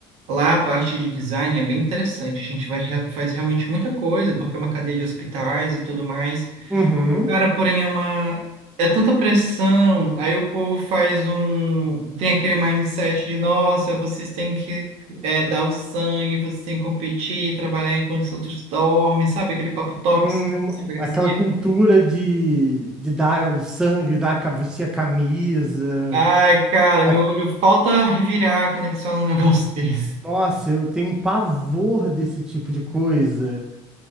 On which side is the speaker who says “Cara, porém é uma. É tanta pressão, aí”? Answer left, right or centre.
Right